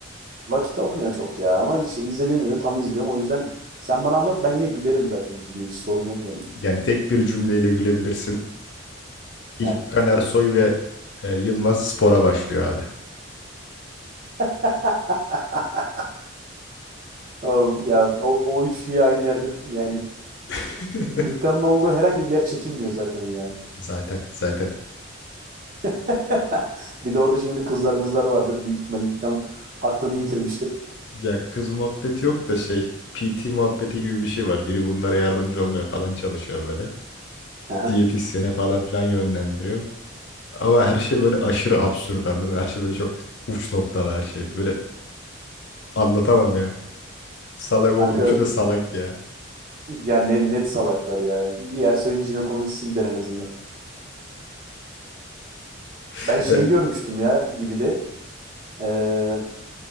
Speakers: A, on the right; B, on the left.
A: vakit olmuyor çok ya. Ama işte izlediğimde de tam izliyorum. O yüzden sen bana anlat ben yine gülerim zaten Gibi'ye. Hiç sorun yok yani.
B: Yani tek bir cümleyle gülebilirsin. İlk
A: He.
B: Kan Ersoy ve e, Yılmaz spora başlıyor abi.
A: <laughs> O- Ya o, o üçlüyü aynı yerde yani
B: <laughs>
A: İlkan'ın olduğu herhangi bir yer çekilmiyor zaten ya.
B: Zaten zaten.
A: <laughs> Bir de orada şimdi kızlarımızlar vardır. Büyük ihtimal İlkan aklını yitirmiştir.
B: Ya kız muhabbeti yok da şey PT muhabbeti gibi bir şey var. Biri bunlara yardımcı olmaya falan çalışıyor böyle.
A: Hı
B: Diyetisyene falan filan yönlendiriyor. Ama her şey böyle aşırı absürt anladın mı? Her şey böyle çok uç noktada her şey. Böyle anlatamam ya. Salak oğlum.
A: Kanka
B: Üçü de salak ya.
A: yani ne, net salaklar ya. İyi Ersoy'un jinekomastisi gider en azından.
B: <laughs>
A: Ben şeyi
B: E,
A: görmüştüm ya gibi de eee